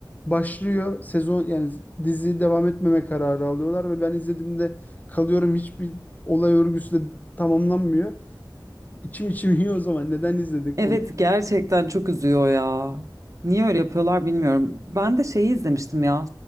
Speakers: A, on the left (about 20°); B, on the right (about 45°).
A: başlıyor sezon yani dizi devam etmeme kararı alıyorlar ve ben izlediğimde kalıyorum hiçbir olay örgüsü de tamamlanmıyor. İçim içim yiyor o zaman neden izledik
B: Evet
A: bunu?
B: gerçekten çok üzüyor ya. Niye öyle yapıyorlar bilmiyorum. Ben de şeyi izlemiştim ya.